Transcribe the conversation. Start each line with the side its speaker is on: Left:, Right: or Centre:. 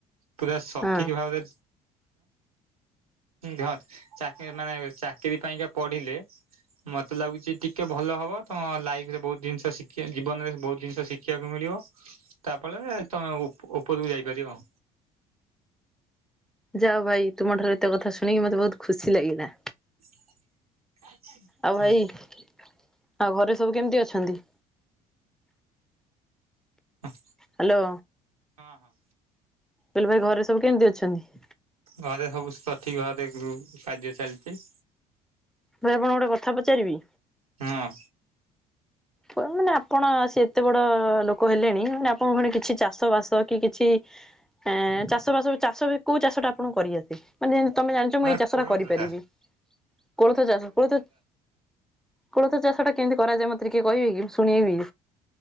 Right: ପୁରା ସଠିକ୍
Centre: ହଁ
Right: ଭାବରେ। ହ ଚାକି ମାନେ ଚାକିରି ପାଇଁକା ପଢିଲେ। ମତେ ଲାଗୁଛି ଟିକେ ଭଲ ହବ ତମ ଲାଇଫ ରେ ବହୁତ ଜିନିଷ ଶିଖ ଜୀବନରେ ବହୁତ ଯିନିଷ ଶିଖ। ଦେଖିବାକୁ ମିଳିବ ତା ଫଳରେ ତମେ ଉପରକୁ ଯାଇପାରିବ।
Centre: ଯାଅ ଭାଇ ତୁମ ଠାରୁ ଏତ କଥା ଶୁଣିକି ମତେ ବହୁତ ଖୁସି ଲାଗିଲା।
Right: <unintelligible> ହଁ।
Centre: ଆଉ ଭାଇ ଆଉ ଘରେ ସବୁ କେମିତି ଅଛନ୍ତି।
Right: ହୁଁ
Centre: ହ୍ୟାଲୋ।
Right: ହଁ ହଁ।
Centre: କହିଲି ଭାଇ ଘରେ ସବୁ କେମିତି ଅଛନ୍ତି।
Right: ଘରେ ସବୁ ସଠିକ ଭାବରେ କାର୍ଯ୍ୟ ଚାଲିଛି।
Centre: ଭରେ ଆପଣ ଙ୍କୁ ଗୋଟେ କଥା ପଚାରିବି।
Right: ହଁ।
Centre: ମାନେ ଆପଣ ସେ ଏତେ ବଡ ଲୋକ ହେଲେଣି ମାନେ ଆପଣଙ୍କ ଭଣି କିଛି ଚାଷ ବାସ। କି କିଛି ଏ ଚାଷ ବାସ ଚାଷ ବି କୋଉ ଚାଷ ଟା ଆପଣ କରିଆସେ। ମାନେ ଯେମିତି ତମେ ଜାଣିଛ
Right: ମ
Centre: ମୁଁ ଏଇ ଚାଷ
Right: କୋଳଥ
Centre: ଟା କରିପାରିବି
Right: ଚାଷ
Centre: କୋଳଥ ଚାଷ କୋଳଥ। କୋଳଥ ଚାଷ ଟା କେମିତି କରାଯାଏ ମତେ ଟିକେ କହିବେ କି ଶୁଣେଇବି।